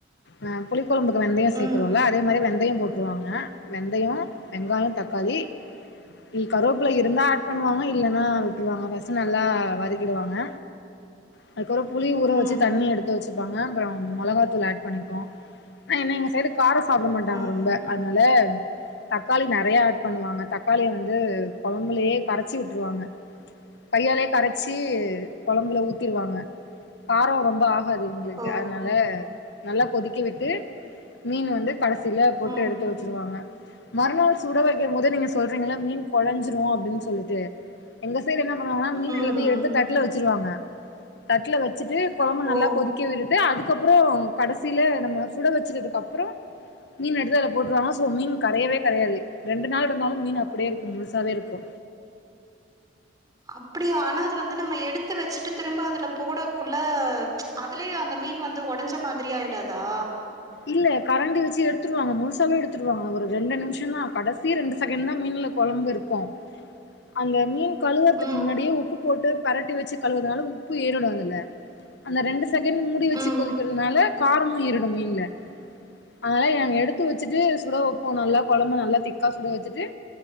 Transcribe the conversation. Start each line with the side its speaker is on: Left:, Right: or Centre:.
Left: அ புலி கொழம்புக்கு வெந்தயோ
Right: ம்
Left: சேக்குரோல அதே மாரி வெந்தயம் போட்ருவாங்க வெந்தயோ வெங்காயோ தக் க்காளி இல் கருவேப்புல இருந்தா அட் பண்ணுவாங்க இல்லனா விட்ருவாங்க ஃபஸ்ஸு நல்லா வதக்கிடுவாங்க அதுக்கப்றோ புளி ஊற
Right: ம்
Left: வச்சு தண்ணி எடுத்து வச்சிப்பாங்க அப்பறோ மொளகாத்தூள் ஆட் பண்ணிப்போ ஏனா என்ன எங்க சைடு காரோ சாப்புட மாட்டாங்க
Right: ம் ம் ம்
Left: ரொம்ப அத்னால தக்காளி நெறையா ஆட் பண்ணுவாங்க தக்காளிய வந்து கொழம்புலயே கரச்சி விட்ருவாங்க கையாலே கரைச்சி கொழம்புல ஊத்திருவாங்க காரோ ரொம்ப ஆகாது எங்ளுக்கு
Right: ஓ
Left: அத்னால நல்லா கொதிக்க விட்டு மீனு வந்து கடஸ் சில போட்டு
Right: ம்
Left: எடுத்து வச்சிருவாங்க மறுநாள் சுட வக் க்கமொது நீங்க சொல்றீங்ளா மீன் கொழஞ்சிரு அப்டின் சொல்லிட்டு எங்க சைட் என்ன பண்ணுவாங்கனா மீன்
Right: ம்
Left: எல்லாத்தயு
Right: ம்
Left: எடுத்து தட்ல வச்சிருவாங்க தட்டல வச்சுட்டு கொழம்பு நல்லா
Right: ஓ
Left: கொதிக்க விட்டுது அதுக்கப்புறோ கடசில நம்ம சுட வச்சிடதுக் அப் மீன் எடுத்து அதுல போட்ருவாங்கா சோ மீன் கரையவே‌ கரையாது ரெண்டு நாள்ருந்தாலு மீன் அப்புடே இருக்கு முழுசாவே இருக்கு
Right: அப்புடியா ஆனா அது வந்து நம்ம எடுத்து வச்சுட்டு திரும்ப அதுல போடக்குள்ள அத் துலே அந்த மீன் வந்து ஒடஞ்ச மாதுரி ஆயிடாதா
Left: இல்ல கரண்டி வச்சு எடுத்துருவாங்க முழுசாவே எடுத்துருவாங்க ஒரு ரெண்டு நிம்ஷந்தா கடசி ரெண்டு சகேண்ட் தா மீன்ல கொழம்பு இருக் போ அந்த மீன் கழுவற்துக்கு
Right: ஓ
Left: முன்னாடியே உப்பு போட்டு பெரட்டி வச்சு கழுவற்துனால உப்பு ஏறிடு அதுல அந்த ரெண்டு சகேண் மூடி வச்சு
Right: ம்
Left: கொதிக்கற்துனால காரமு ஏறிடு மீன்ல அதனால ஏங்க எடுத்து வச்சுட்டு சுட வப்போ நல்லா கொழம்பு நல்லா திக்கா சுட வச்சுட்டு